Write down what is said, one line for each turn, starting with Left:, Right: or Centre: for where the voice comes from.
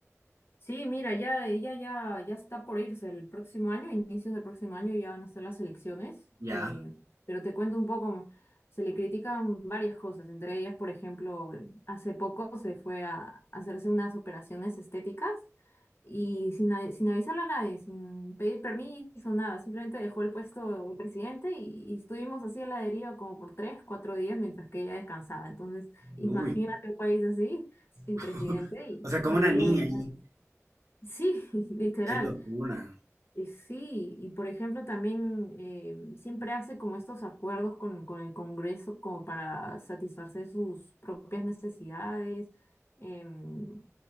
Left: Sí, mira, ya ella ya, ya está por irse el próximo año, inicios del próximo año ya van a ser las elecciones,
Right: Ya.
Left: eh, pero te cuento un poco, se le critican varias cosas, entre ellas, por ejemplo, hace poco se fue a hacerse unas operaciones estéticas y sin, a- sin avisarle a nadie, sin pedir permiso, nada, simplemente dejó el puesto de presidente y, y estuvimos así a la deriva como por tres, cuatro días mientras que ella descansaba. Entonces, imagínate
Right: Uy.
Left: un país así, sin
Right: <laughs>
Left: presidente y,
Right: O sea, como
Left: y
Right: una
Left: ella
Right: niña
Left: bien.
Right: ahí.
Left: Sí, <laughs> literal.
Right: Qué locura.
Left: Eh, Sí, y por ejemplo también eh, siempre hace como estos acuerdos con, con el Congreso como para satisfacer sus propias necesidades. Em,